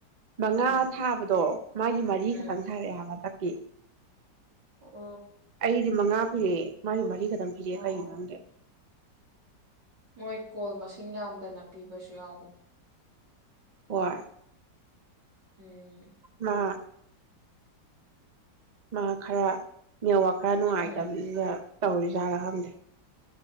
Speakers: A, on the right (about 50°); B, on the right (about 75°).
A: ꯃꯉꯥ
B: ꯎꯝ
A: ꯊꯥꯕꯗꯣ ꯃꯥꯒꯤ ꯃꯔꯤ
B: ꯎꯝ
A: ꯈꯛꯇꯪ ꯊꯥꯔꯛꯑꯦ ꯍꯟꯗꯛꯀꯤ
B: ꯑꯣ
A: ꯑꯩꯗꯤ ꯃꯉꯥ ꯔꯦ ꯃꯥꯔꯤ ꯃꯔꯤꯒ ꯑꯗꯨꯝ ꯄꯤꯔꯦ
B: ꯑꯣ
A: ꯀꯩꯒꯤꯅꯣꯪꯗꯦ
B: ꯑꯣ ꯃꯣꯏ ꯀꯣꯜ ꯃꯁꯤꯡ ꯌꯥꯝꯗꯅ ꯄꯤꯕꯁꯨ ꯌꯥꯎꯕꯅꯤ
A: ꯍꯏ
B: ꯎꯝ
A: ꯃꯥ ꯃꯥ ꯈꯔ ꯅꯦꯋꯥꯛ ꯈꯔ ꯅꯨꯡꯉꯥꯏꯇꯝꯅꯤꯅ
B: ꯎꯝ
A: ꯇꯧꯔꯤꯖꯥꯔ ꯈꯪꯗꯦ